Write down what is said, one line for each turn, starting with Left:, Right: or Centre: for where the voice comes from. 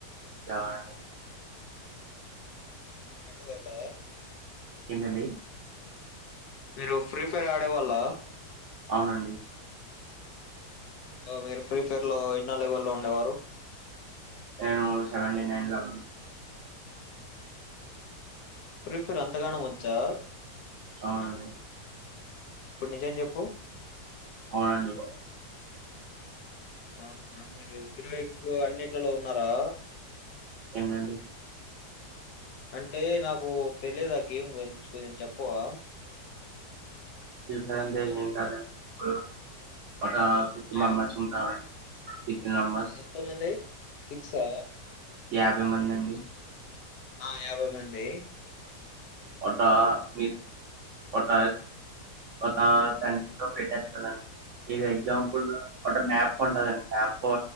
Right: ఆహ్
Left: మీరు ఫ్రీ ఫైర్ అడేవాళ్ళా
Right: ఏంటండీ
Left: మీరు ఫ్రీ ఫైర్ ఆడేవాళ్ళ
Right: అవునండి
Left: మీరు ఫ్రీ ఫైర్ లో ఎన్నో లెవెల్లో ఉండేవారు
Right: నేను సెవెంటీ నైన్ లో ఉన్నా
Left: ఆహ్ మీకు ఫ్రీ ఫైర్ అంతగనం వచ్చా
Right: అవునండి
Left: ఇప్పుడు నిజం చెప్పు
Right: అవునండి
Left: ఆహా మీరు <unintelligible> ఎక్కువ అన్నిట్లలో ఉన్నారా
Right: ఎంటండి
Left: అంటే నాకు తెలిదు ఆ గేమ్ గురించి కొంచెం చెప్పవా
Right: <unintelligible> <unintelligible>
Left: ఆ?
Right: ఇంటి నంబర్స్
Left: ఎంతమంది సిక్సా
Right: యాభై మంది అండి
Left: ఆ యాభై మంది
Right: ఒక మీ ఒక ఒక గంటలో పెట్టేస్తరాండి ఇది ఎగ్జాంపుల్ ఒక మ్యాప్ ఉంటదండి మ్యాప్ లో